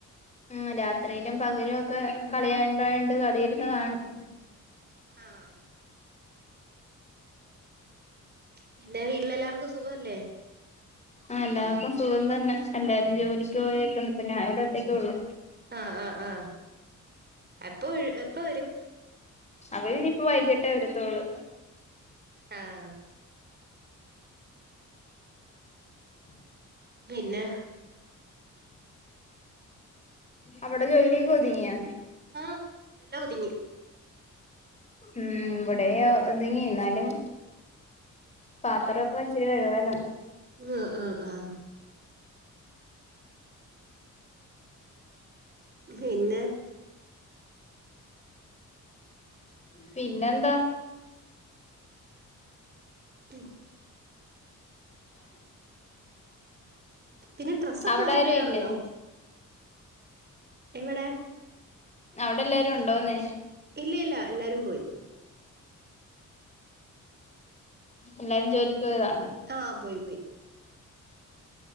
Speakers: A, on the left; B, on the right.
A: ഉം രാത്രിയിലും പകലും ഒക്കെ കളിയാണ്ടായിണ്ട് കളിയിരുന്ന് കാണും
B: ആഹ് പിന്നെ വീട്ടിലെല്ലാർക്കും സുഖല്ലേ
A: ആഹ് എല്ലാവർക്കും സുഖം തന്നെ എല്ലാരും ജോലിക്ക് പോയിയൊക്കെ ഇപ്പം ഞാനിവിടെ ഒറ്റക്കെള്ളൂ
B: ആഹ് ആഹ് ആഹ് എപ്പ എപ്പ വരും
A: അവര് ഇനിപ്പോ വൈകിട്ടേ വരത്തോളൂ
B: ആഹ് പിന്നെ
A: അവിടെ ജോലിയൊക്ക ഒതുങ്ങിയാ
B: ആഹ് എല്ലാം ഒതുങ്ങി
A: ഉം ഇവിടെ ഒതുങ്ങി ന്നാലും പാത്രൊക്കെ ഇച്ചിരി കഴുകാനുണ്ട്
B: ഉം ആഹ് ആഹ് പിന്നെ
A: പിന്നെന്താ
B: <inaudible> പിന്നെ ഡ്രസ്സൊക്കെ
A: അവടാരും
B: ഓർഡർ ചെയ്യാറുണ്ടോ
A: ഇല്ലേ
B: എവടെ
A: അവ്ടെല്ലാരും ഉണ്ടോന്ന്
B: ഇല്ലി ല്ലല്ലാ എല്ലാരും പോയി
A: എല്ലാരും ജോലിക്കോയതാണോ
B: ആ പോയി പോയി